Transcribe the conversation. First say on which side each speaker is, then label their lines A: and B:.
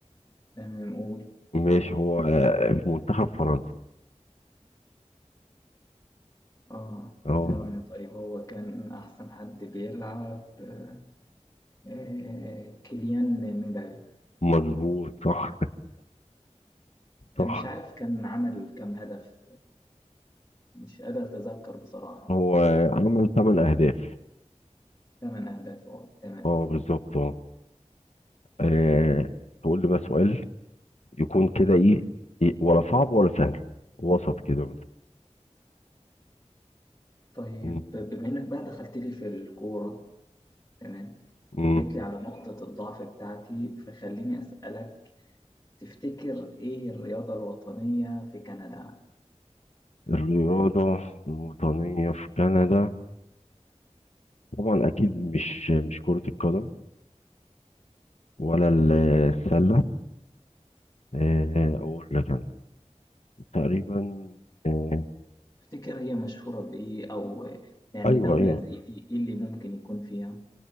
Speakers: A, on the left; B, on the left.
A: تمام قول
B: ماشي هو آه، في منتخب فرنسا
A: آه
B: اه
A: ثواني طيب هو كان أحسن حد بيلعب آه، آه، كيليان مبابي
B: مظبوط صح
A: مش
B: صح
A: عارف كان عمل كام هدف مش قادر أتذكر بصراحة
B: هو آه، عمل 8 اهداف
A: ثمان أهداف أه تمام
B: اه بالظبط اه آه تقول لي بقى سؤال يكون كده ايه إيه، ولا صعب ولا سهل وسط كده مثلا
A: طيب
B: مم.
A: بما إنك بقى دخلت لي في الكورة تمام
B: مم.
A: وجيت لي على نقطة الضعف بتاعتي فخليني أسألك تفتكر إيه الرياضة الوطنية في كندا؟
B: الرياضة الوطنية في كندا طبعا أكيد مش مش كرة القدم ولا ال- السلة آه، أقول لك أنا تقريبا آه،
A: تفتكر هي مشهورة بإيه أو يعني
B: أيوه
A: دولة
B: أيوه
A: زي دي إيه اللي ممكن يكون فيها؟